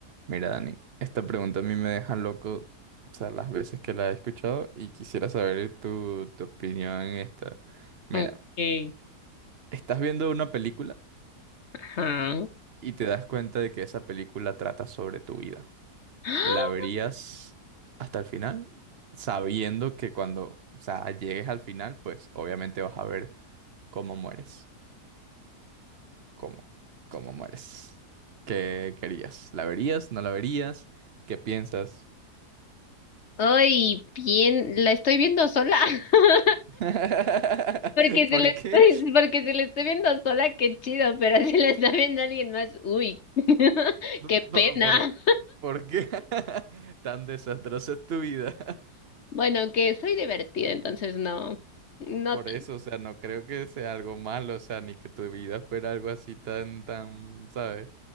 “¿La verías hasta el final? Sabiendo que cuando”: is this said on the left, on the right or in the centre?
Right